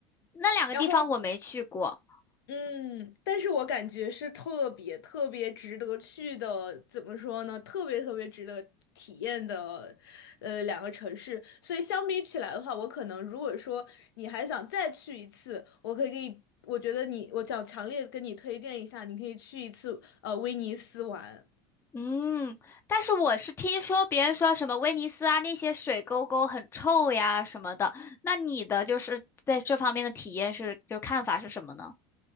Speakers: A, on the left; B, on the left.
A: 那两个地方我没去过。
B: 然后嗯，但是我感觉是特别特别值得去的，怎么说呢？特别特别值得体验的呃两个城市，所以相比起来的话，我可能如果说你还想再去一次，我可以给你，我觉得你我想强烈跟你推荐一下，你可以去一次呃威尼斯玩。
A: 嗯，但是我是听说别人说什么威尼斯啊那些水沟沟很臭呀什么的，那你的就是在这方面的体验是，就看法是什么呢？